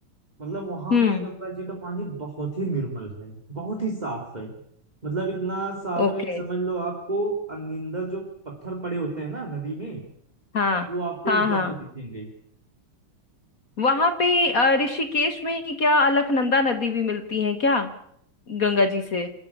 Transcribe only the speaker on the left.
हम्म
ओके
हाँ
हाँ
हाँ
वहां पे अ, ऋषिकेश में ही क्या अलकनंदा नदी भी मिलती है क्या गंगा जी से